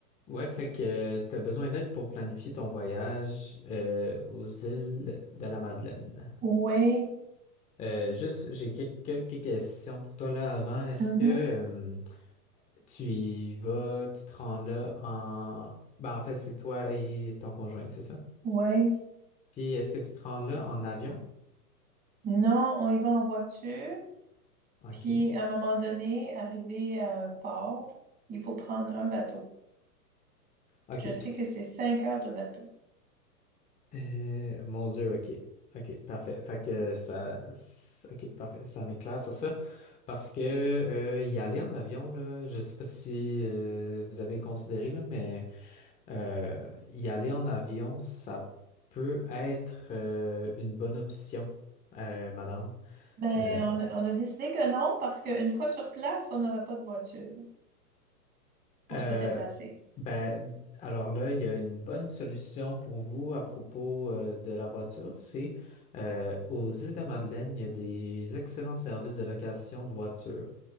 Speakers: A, on the left; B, on the right.
A: Ouais, fait que tu as besoin d'aide pour planifier ton voyage euh, aux îles de la Madeleine.
B: Oui,
A: Euh, juste, j'ai quel- quelques questions pour toi là avant. Est-ce
B: mhm,
A: que euh, tu y vas, tu te rends là en... Ben, en fait, c'est toi et ton conjoint, c'est ça?
B: oui.
A: Puis est-ce que tu te rends là en avion?
B: Non, on y va en voiture,
A: OK.
B: puis à un moment donné, arrivé à un port, il faut prendre un bateau.
A: OK.
B: Je sais
A: Puis
B: que c'est cinq heures de bateau.
A: Euh, mon Dieu, OK. OK, parfait. Fait que ça. s- OK, parfait. Ça m'éclaire sur ça. Parce que euh, y aller en avion, là, je sais pas si euh, vous avez considéré, là, mais euh, y aller en avion, ça peut être euh, une bonne option, euh, madame.
B: Ben,
A: Euh,
B: on, a on a décidé que non, parce qu'une fois sur place, on n'aurait pas de voiture pour
A: Euh,
B: se déplacer.
A: ben, alors là, il y a une bonne solution pour vous à propos euh, de la voiture. C'est euh, aux îles de la Madeleine, il y a des excellents services de location de voitures.